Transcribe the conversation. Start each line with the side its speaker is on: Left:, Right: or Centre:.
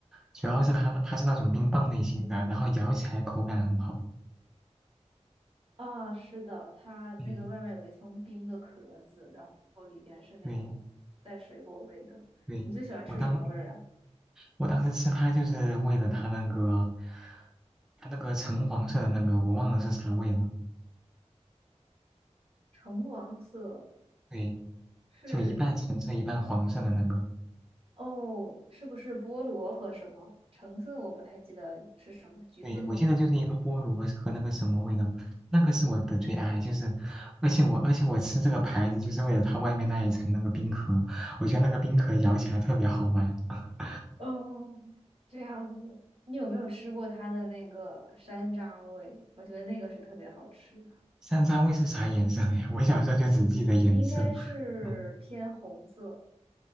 Centre: 主要是它那它是那种冰棒类型的，然后咬起来口感很好。
Right: 啊、是的，它那个外面有一层冰的壳子，
Centre: 嗯，
Right: 然后里边是那种带水果味的。
Centre: 对对，
Right: 你最喜欢吃什么味儿呀？
Centre: 我当我当时吃它就是为了它那个它那个橙黄色的那个，我忘了是啥味了。
Right: 橙黄色
Centre: 对，
Right: 是
Centre: 就一半橙色一半黄色的那个。
Right: 哦，是不是菠萝和什么？橙色我不太记得是什么，橘子吗？
Centre: 对，我记得就是一个菠萝和那个什么味道，那个是我的最爱，就是，而且我而且我吃这个牌子就是为了它外面那一层那个冰壳，我觉得那个冰壳咬起来特别好玩。<laughs>
Right: 哦，这样子，你有没有吃过它的那个山楂味？我觉得那个是特别好吃的，
Centre: 山楂味是啥颜色的呀？我小时候就只记得颜色。
Right: 应该是偏红色。
Centre: 嗯，